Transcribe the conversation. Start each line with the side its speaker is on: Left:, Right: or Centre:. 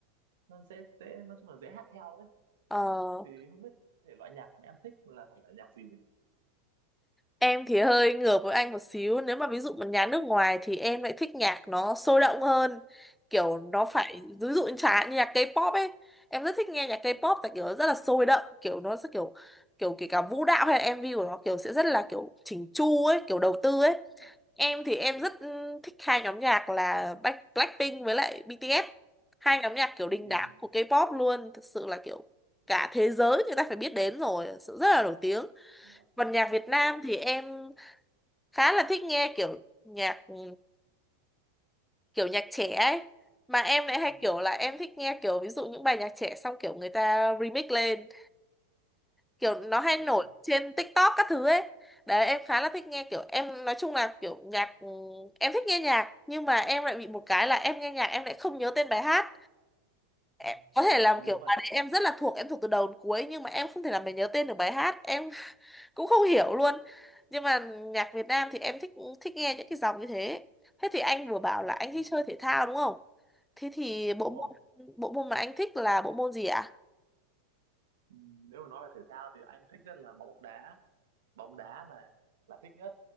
Right: nó dễ dễ nói chung là dễ hát theo ấy
Centre: ờ,
Right: thì không biết thể loại nhạc mà em thích là thể loại nhạc gì nhỉ?
Centre: em thì hơi ngược với anh một xíu. Nếu mà ví dụ một nhà nước ngoài thì em lại thích nhạc nó sôi động hơn. Kiểu nó phải,
Right: à
Centre: ví dụ như chẳng hạn như nhạc K-pop ấy. Em rất thích nghe nhạc K-pop
Right: ừ,
Centre: tại kiểu nó rất là sôi động. Kiểu nó sẽ kiểu, kiểu kể cả vũ đạo hay là MV của nó kiểu sẽ rất là kiểu chỉnh chu ấy,
Right: ừ,
Centre: kiểu đầu tư ấy.
Right: mạnh
Centre: Em thì
Right: ừ,
Centre: em rất ừ, thích hai nhóm nhạc là Black- Blackpink với lại BTS. Hai nhóm nhạc kiểu đình
Right: ừ, ừ,
Centre: đám
Right: anh-
Centre: của K-pop luôn, thực sự là kiểu cả
Right: ừ,
Centre: thế giới người ta phải biết đến rồi, thực sự rất là nổi tiếng.
Right: đúng rồi
Centre: Còn nhạc Việt
Right: đúng
Centre: Nam
Right: rồi
Centre: thì em khá là thích nghe kiểu nhạc ừ, kiểu nhạc trẻ ấy. Mà em lại hay
Right: ừ,
Centre: kiểu là em thích nghe kiểu ví dụ những bài nhạc trẻ xong kiểu người ta remix lên kiểu nó hay
Right: đúng
Centre: nổi
Right: rồi
Centre: trên TikTok các thứ ấy đấy em khá là thích nghe kiểu em nói chung là kiểu nhạc ừ, em thích nghe nhạc nhưng mà em lại bị một cái là em nghe nhạc em lại không nhớ tên bài hát
Right: <laughs>
Centre: em,
Right: Ờ,
Centre: có thể làm
Right: Ngớ
Centre: kiểu
Right: vẩn
Centre: bài đấy em rất là thuộc em thuộc từ đầu đến cuối nhưng mà em không thể làm mình nhớ tên được bài hát em <laughs> cũng không hiểu luôn nhưng mà nhạc Việt Nam thì em thích thích nghe những cái dòng như thế thế thì anh vừa bảo là anh
Right: ừ,
Centre: thích chơi thể thao đúng không thế thì bộ
Right: đúng
Centre: môn
Right: rồi
Centre: bộ môn mà anh thích là bộ môn gì ạ
Right: ừ, nếu mà nói về thể thao thì anh thích nhất là bóng đá bóng đá này là thích nhất